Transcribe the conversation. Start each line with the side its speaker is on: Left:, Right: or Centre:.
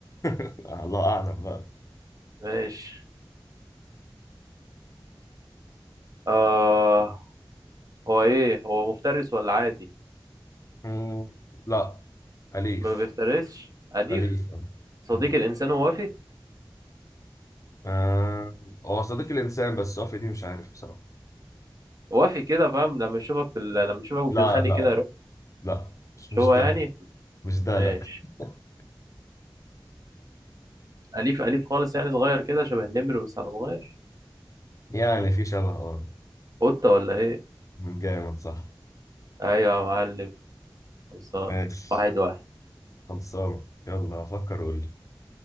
Left: آه، الله اعلم بقى
Right: ماشي آه هو إيه هو مفترس ولا عادي
Left: مم، لا أليف
Right: ما بيفترسش أليف
Left: أليف
Right: صديق
Left: مم.
Right: الإنسان ووفي
Left: آه، هو صديق الإنسان بس هو في دي مش عارف بصراحة
Right: وافي كده فاهم لما يشوفك في ال... لما يشوفك
Left: لا
Right: بتتخانق
Left: لا
Right: كده
Left: لا لا مش
Right: مش
Left: مش
Right: هو
Left: ده
Right: يعني
Left: مش ده
Right: ماشي
Left: لا <laughs>
Right: أليف أليف خالص يعني صغير كده شبه النمر بس على صغير
Left: يعني في شبه اه
Right: قطة ولا إيه
Left: من جامد صح
Right: أيوة يا معلم خلصان
Left: ماشي
Right: واحد واحد
Left: خلصانة يلا فكر قول لي